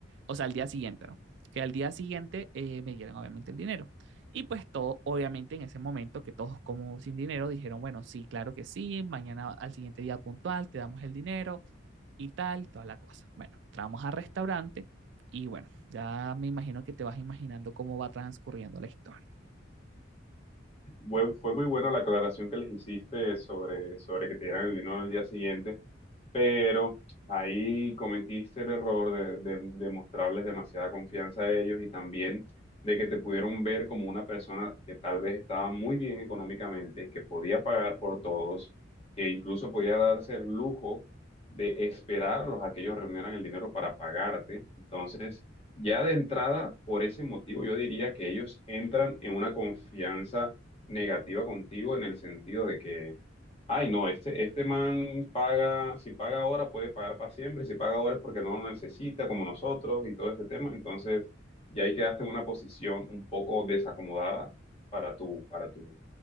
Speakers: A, on the right (about 65°); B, on the left (about 30°).
A: O sea, al día siguiente, ¿no? Que al día siguiente eh, me dieran obviamente el dinero. Y pues todo, obviamente en ese momento que todos como sin dinero dijeron, bueno, sí, claro que sí, mañana al siguiente día puntual te damos el dinero, y tal, toda la cosa. Bueno, entramos al restaurante y bueno, ya me imagino que te vas imaginando cómo va transcurriendo la historia.
B: Fue, fue muy buena la aclaración que les hiciste sobre, sobre que te dieran el dinero al día siguiente, pero ahí cometiste el error de, de- de mostrarles demasiada confianza a ellos y también de que te pudieron ver como una persona que tal vez estaba muy bien económicamente, que podía pagar por todos, que incluso podía darse el lujo de esperarlos a que ellos reunieran el dinero para pagarte. Ya de entrada, por ese motivo, yo diría que ellos entran en una confianza negativa contigo en el sentido de que, ay, no, este, este man paga, si paga ahora puede pagar para siempre, si paga ahora es porque no lo necesita como nosotros y todo ese tema. Entonces, ya ahí quedaste en una posición un poco desacomodada para tu, para tu